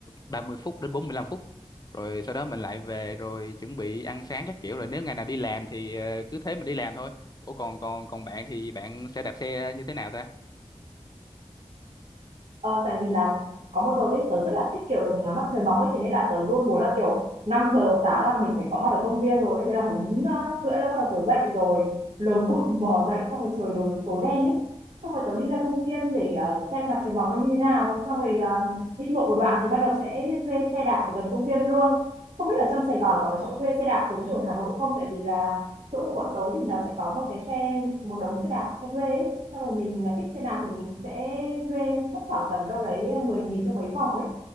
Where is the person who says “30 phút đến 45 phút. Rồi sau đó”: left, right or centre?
Left